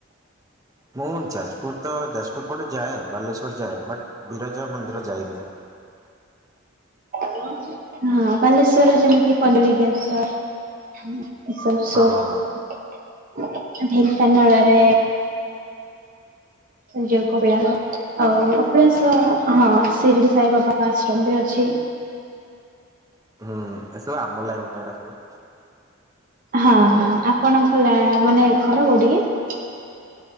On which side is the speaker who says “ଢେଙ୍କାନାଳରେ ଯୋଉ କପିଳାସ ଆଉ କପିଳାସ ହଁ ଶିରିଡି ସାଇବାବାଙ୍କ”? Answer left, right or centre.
Right